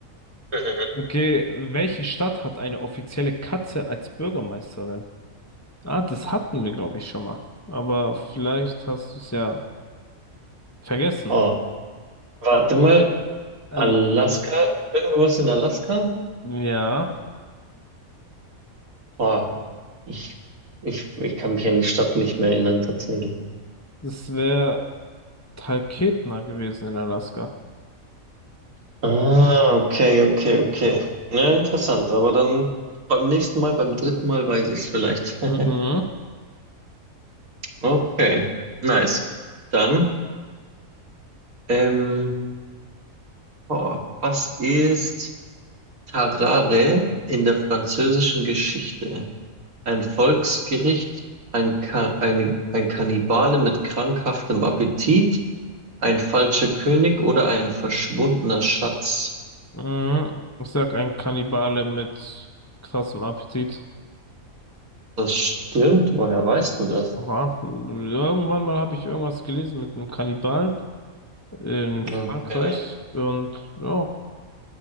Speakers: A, on the right; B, on the left.
A: <laughs>
B: Okay, welche Stadt hat eine offizielle Katze als Bürgermeisterin? Ah, das hatten wir, glaube ich, schon mal. Aber vielleicht hast du es ja vergessen.
A: Oh, warte mal.
B: Also,
A: Alaska? Irgendwas in Alaska?
B: ja,
A: Boah, ich, ich, ich kann mich an die Stadt nicht mehr erinnern, tatsächlich.
B: das wäre Talkeetna gewesen in Alaska.
A: Ah, okay, okay, okay. Na, interessant, aber dann beim nächsten Mal, beim dritten Mal weiß ich es vielleicht. <laughs>
B: Mhm.
A: Okay, nice. Dann, ähm, boah, was ist Tarare in der französischen Geschichte? Ein Volksgericht, ein, Ka eine, ein Kannibale mit krankhaftem Appetit, ein falscher König oder ein verschwundener Schatz?
B: Mhm. Ich sag ein Kannibale mit krassem Appetit.
A: Das stimmt. Woher weißt du das?
B: Oha. Irgendwann mal habe ich irgendwas gelesen mit einem Kannibalen in
A: Okay,
B: Frankreich und ja,